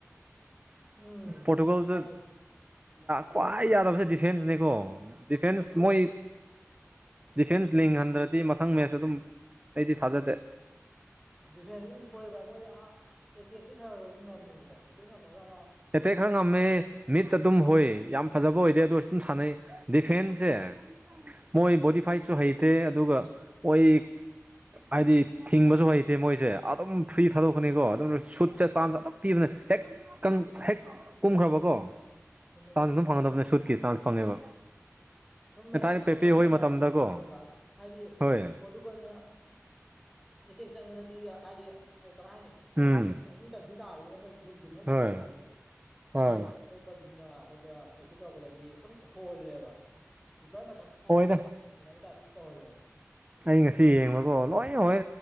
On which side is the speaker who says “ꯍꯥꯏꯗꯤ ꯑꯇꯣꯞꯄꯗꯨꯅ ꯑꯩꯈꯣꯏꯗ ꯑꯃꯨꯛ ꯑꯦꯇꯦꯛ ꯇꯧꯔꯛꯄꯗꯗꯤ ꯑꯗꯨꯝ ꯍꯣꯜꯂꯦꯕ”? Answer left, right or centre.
Centre